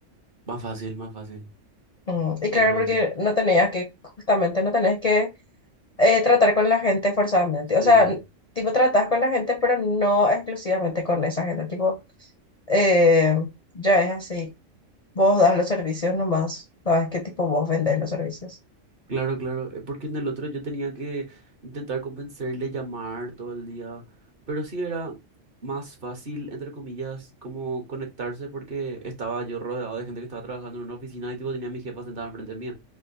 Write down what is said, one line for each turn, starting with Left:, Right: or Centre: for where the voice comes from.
Right: Más fácil, más fácil,
Left: Mm, y claro,
Right: más fácil.
Left: porque no tenías que, justamente no tenés que eh, tratar con la gente forzadamente.
Right: Sí.
Left: O sea, n- tipo, tratás con la gente, pero no exclusivamente con esa gente. Tipo, eh, ya es así. Vos das los servicios nomás. Sabes qué tipo vos vendés los servicios.
Right: Claro, claro, eh, porque en el otro yo tenía que intentar convencerle, llamar todo el día, pero sí era más fácil, entre comillas, como conectarse porque estaba yo rodeado de gente que estaba trabajando en una oficina y tipo tenía a mi jefa sentada enfrente mía.